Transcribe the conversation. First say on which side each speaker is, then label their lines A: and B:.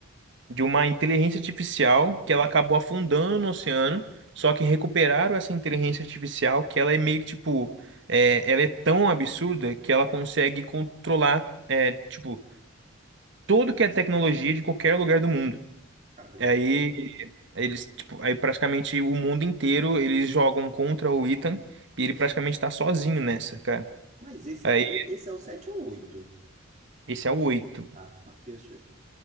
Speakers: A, on the right; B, on the right.
A: de uma inteligência artificial que ela acabou afundando no oceano. Só que recuperaram essa inteligência artificial que ela é meio que tipo. é, ela é tão absurda que ela consegue controlar, é, tipo, tudo que é tecnologia de qualquer lugar do mundo.
B: Caramba.
A: Aí eles, tipo, aí praticamente o mundo inteiro eles jogam contra o Ethan e ele praticamente tá sozinho nessa, cara.
B: Mas esse
A: Aí
B: é, o- esse é o 7 ou o oito.
A: esse é o oito
B: Ah, tá. Porque, eu-